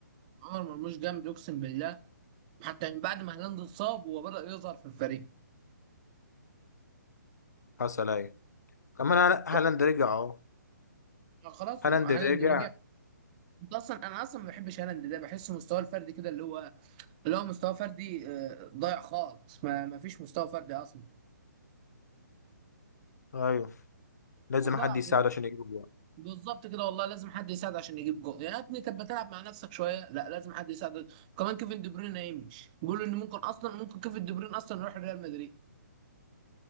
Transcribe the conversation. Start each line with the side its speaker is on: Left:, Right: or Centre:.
Right: عمر مرموش جامد اقسم بالله حتى من بعد ما هالاند اتصاب هو بدأ يظهر في الفريق
Left: حصل أيوة كمان هالا-
Right: ك-
Left: هالاند رجع أهو
Right: خلاص
Left: هالاند
Right: هو هالاند
Left: رجع
Right: رجع انت اصلا انا اصلا ما بحبش هالاند ده بحس مستواه الفردي كده اللي هو اللي هو مستوى فردي آه، ضايع خالص ما ما فيش مستوى فردي اصلا
Left: أيوه لازم
Right: والله
Left: حد
Right: العظيم
Left: يساعده عشان يجيب جوان
Right: بالظبط كده والله لازم حد يساعد عشان يجيب جول يا ابني طب ما تلعب مع نفسك شويه لا لازم حد يساعدك كمان كيفن دي بروين هيمشي بيقولوا ان ممكن اصلا ممكن كيفن دي بروين اصلا يروح ريال مدريد